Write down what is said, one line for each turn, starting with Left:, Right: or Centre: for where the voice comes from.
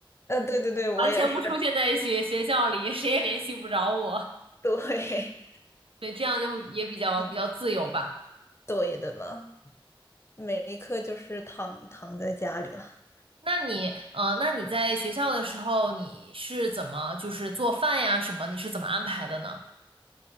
Left: 呃对对对，
Right: <laughs>
Left: 我也是，
Right: 完全不出现在学学校里，谁也联系不着我，
Left: 对，
Right: 对，这样就会也比较比较自由吧。
Left: <laughs> 嗯对的呢。每一刻就是躺躺在家里了。
Right: 那你，呃，那你在学校的时候，你是怎么就是做饭呀什么？你是怎么安排的呢？